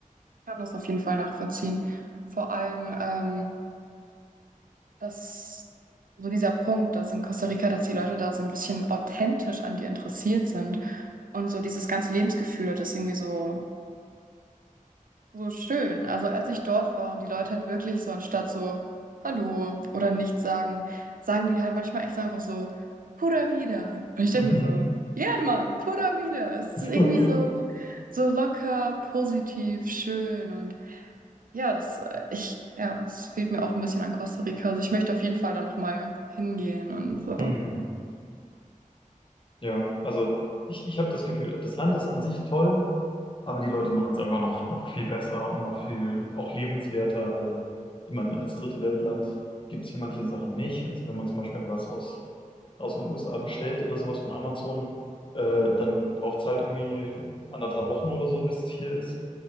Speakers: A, on the right; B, on the left.
A: kann das auf jeden Fall nachvollziehen. Vor allem, ähm, dass so dieser Punkt, dass in Costa Rica, dass die Leute da so ein bisschen authentisch an dir interessiert sind und so dieses ganze Lebensgefühl, das ist irgendwie so so schön. Also als ich dort war und die Leute halt wirklich so anstatt so Hallo oder nichts sagen, sagen die halt manchmal echt so einfach so Pura vida. Und ich denke
B: Mhm.
A: mir so, ja Mann, Pura vida. Es
B: <laughs>
A: ist irgendwie so so locker, positiv, schön und ja, das äh, ich ja, es fehlt mir auch ein bisschen an Costa Rica. Also ich möchte auf jeden Fall da noch mal hingehen und so.
B: Mhm. Ja, also ich, ich habe das Gefühl, das Land ist an sich toll, Aber die Leute machen es einfach noch, noch viel besser und noch viel auch lebenswerter, weil ich meine, als dritte Weltland gibt es hier manche Sachen nicht. Also wenn man zum Beispiel was aus, aus den USA bestellt oder sowas von Amazon, äh, dann braucht es halt irgendwie anderthalb Wochen oder so, bis es hier ist.